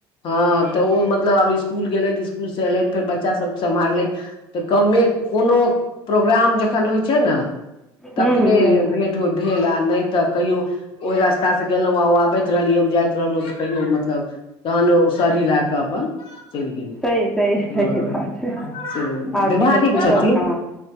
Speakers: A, on the left (about 50°); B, in the centre.
A: हँ तऽ ओ मतलब आब इसकुल गेलथि इकुल से ऐलै फेर बच्चा सब सम्हारलैथ तऽ कमे कोनो प्रोग्राम जखन होइ छै ने तखने
B: हूँ हूँ हूँ
A: भेट भेल आ नहि तऽ कहियो ओह रास्ता से गेलहुं आ आबैत रहली हम जाइत रहलहु तऽ कहियो मतलब तहन ओ सरी सर हिला कऽ अपन चलि गेलथि
B: सही सही
A: हं
B: सही बात छै
A: से
B: आदमीके
A: व्यवहारिक
B: फुर्सत
A: छथिन
B: कहाँ